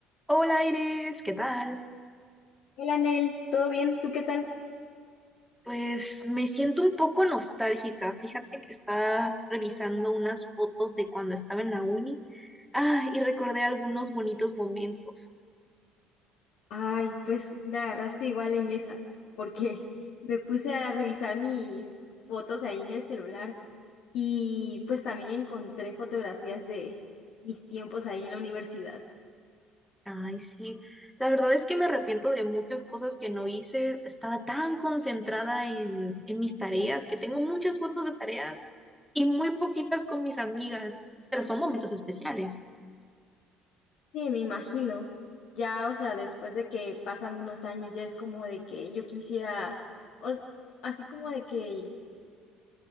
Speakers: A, in the centre; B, on the left (about 65°).
A: Hola Iris, ¿qué tal?
B: Hola, Nel, ¿todo bien? ¿Tú qué tal?
A: Pues me siento un poco nostálgica. Fíjate que estaba revisando unas fotos de cuando estaba en la uni. Ah, y recordé algunos bonitos momentos.
B: Ay, pues me agarraste igual en esas, porque <laughs> me puse a revisar mis fotos ahí en el celular y pues también encontré fotografías de mis tiempos ahí en la universidad.
A: Ay, sí. La verdad es que me arrepiento de muchas cosas que no hice. Estaba tan concentrada en, en mis tareas que tengo muchas fotos de tareas y muy poquitas con mis amigas, pero son momentos especiales.
B: Sí, me imagino. Ya, o sea, después de que pasan unos años, ya es como de que yo quisiera, o s- así como de que